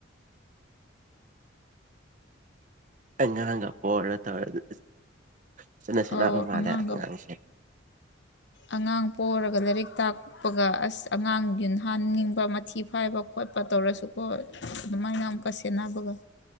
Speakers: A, on the right (about 40°); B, on the left (about 60°).
A: ꯑꯉꯥꯡꯒꯄꯣꯔ ꯇꯧꯔ ꯑꯗꯨ ꯐꯖꯟꯅ ꯁꯦꯟꯅꯕ
B: ꯑꯣ
A: ꯃꯥꯜꯂꯦ
B: ꯑꯉꯥꯡꯒ
A: ꯑꯉꯥꯡꯁꯦ
B: ꯑꯉꯥꯡ ꯄꯣꯔꯒ ꯂꯥꯏꯔꯤꯛ ꯇꯥꯛ ꯎꯞꯄꯒ ꯑꯁ ꯑꯉꯥꯡ ꯌꯨꯟꯍꯟꯅꯤꯡꯕ ꯃꯊꯤ ꯐꯥꯏꯕ ꯈꯣꯠꯄ ꯇꯧꯔꯁꯨ ꯍꯣꯏ ꯑꯗꯨꯃꯥꯏꯅ ꯑꯃꯨꯛꯀ ꯁꯦꯟꯅꯕꯒ